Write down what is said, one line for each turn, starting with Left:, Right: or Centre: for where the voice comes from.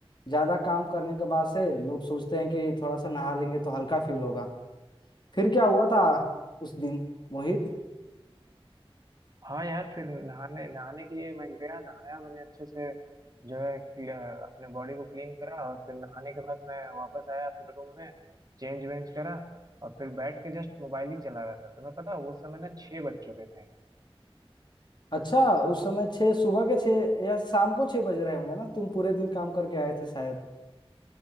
Left: ज्यादा काम करने के बाद से लोग सोचते हैं कि थोड़ा सा नहा लेंगे तो हल्का फील होगा फिर क्या हुआ था उस दिन मोहित
Right: हाँ यार फिर नहाने नहाने के लिए मैं गया नहाया मैंने अच्छे से जो है क्ल- अपने बॉडी को क्लीन करा और फिर नहाने के बाद मैं वापस आया अपने रूम में चेंज वेंज करा और फिर बैठ के जस्ट मोबाइल ही चला रहा था तुम्हें पता है, उस समय ना छः बज चुके थे
Left: अच्छा उस समय छः सुबह के छः या शाम को छः बज रहे होंगे ना तुम पूरे दिन काम करके आए थे शायद